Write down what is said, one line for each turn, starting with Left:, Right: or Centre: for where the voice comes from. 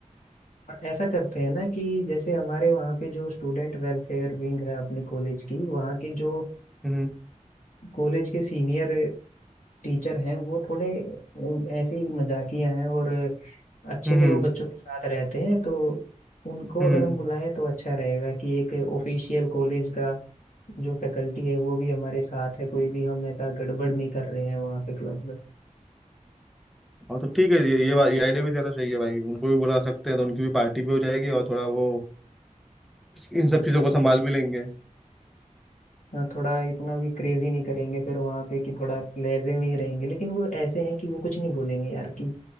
Left: और ऐसा करते हैं ना कि जैसे हमारे वहाँ पे जो स्टूडेंट वेलफेयर विंग है अपने कॉलेज की वहाँ के जो
Centre: हम्म
Left: कॉलेज के सीनियर टीचर हैं वो थोड़े अ, ऐसे ही मजाकिया हैं और अच्छे
Centre: हम्म
Left: से वो बच्चों के साथ रहते हैं तो उनको
Centre: हम्म
Left: अगर हम बुलाएं तो अच्छा रहेगा कि एक ऑफिशियल कॉलेज का जो फैकल्टी है वो भी हमारे साथ है कोई भी हम ऐसा गड़बड़ नहीं कर रहे हैं वहाँ पे क्लब में
Centre: हाँ तो ठीक है ये ये बात ये आइडिया भी जरा सही है भाई उनको भी बुला सकते हैं तो उनकी भी पार्टी भी हो जाएगी और थोड़ा वो इन सब चीज़ों को संभाल भी लेंगे
Left: हाँ, थोड़ा इतना भी क्रेजी नहीं करेंगे फिर वहाँ पे कि थोड़ा लहजे में ही रहेंगे लेकिन वो ऐसे हैं कि वो कुछ नहीं बोलेंगे यार कि